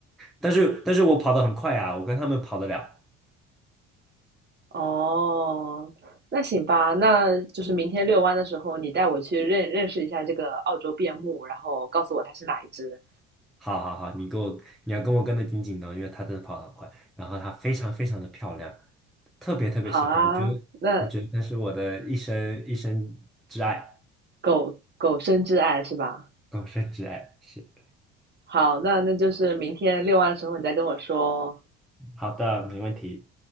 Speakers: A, in the centre; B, on the right (about 30°).
A: 但是但是我跑得很快啊，我跟他们跑得了。
B: 哦，那行吧，那就是明天遛弯的时候，你带我去认认识一下这个澳洲边牧，然后告诉我它是哪一只。
A: 好好好，你跟我你要跟我跟得紧紧的，因为他真的跑得很快，然后他非常非常的漂亮，特别特别喜欢。
B: 好啊，
A: 我觉得我觉得他是我的一生一生挚爱，
B: 那狗狗生挚爱是吧？
A: 终身挚爱。是，
B: 好，那那就是明天遛弯的时候你再跟我说哦
A: 好的，没问题。